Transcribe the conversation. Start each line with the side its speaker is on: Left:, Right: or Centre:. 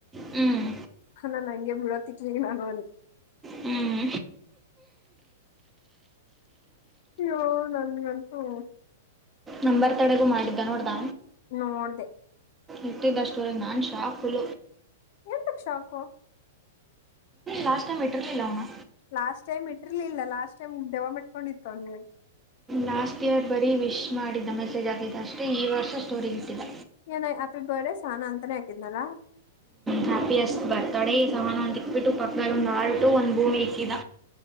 Right: ಹ್ಮ್
Left: ನನ್ ಹಂಗೆ ಬಿಡತ್ತಕ್ ನಾನು ಒ
Right: ಹ್ಮ್
Left: ಅೋ ನನ್ಗಂತೂ
Right: ನಂಬರ್ ತಡೆಗೂ ಮಾಡಿದ್ದ ನೋಡ್ದ
Left: ನೋಡ್್ದ
Right: ಎಟ್ಟಿದ್ದಷ್ಟುವರ ನಾನ್ ಶಾಕ್ಳ
Left: ಎಂತಕ್ ಶಾಕು
Right: ಲಾಸ್ಟ್ ಟಮ ಬಿಟ್ಟಿಲ್ಲ ಅವಾ
Left: ಲಾಸ್ಟ್ ಟೈಮ್ ಇರ್ಲಿಲ್ಲ ಲಾಸ್ಟ್ ಟೈಮ್ ದೆವ ಮೆಟ್ಕೊಂಡಿತ್ತು ಅವನ್
Right: ಲಾಸ್ಟ್ ಇಯರ್ ಬರೀ ವಿಶ್ ಮಾಡಿದ್ದ ಮೆಸೇಜ್ ಹಾಕಿದ್ದ ಅಷ್ಟೇ ಈ ವರ್ಷ ಸೋರಿಗಿಟ್ಟಿಲ್ಲ
Left: ಏನ ಹ್ಯಾಪಿ ಬರ್ತ್ಡೇ ಸಾನ ಅಂತಾನೇ ಹಾಕಿದ್ನಲ್ಲಾ
Right: ಹ್ಯಾಪಿ ಅಷ್ಟ ಬರ್ತಾಡ ಈ ಸಮಾನ ಒಂದಿಕ್ಬಿಟ್ಟು ಪಕ್ಕದದಲ್ಲಿ ಒಂದು ಆರ್ಟು ಒಂದು ಭೂಮಿ ಇಕ್ಕಿದ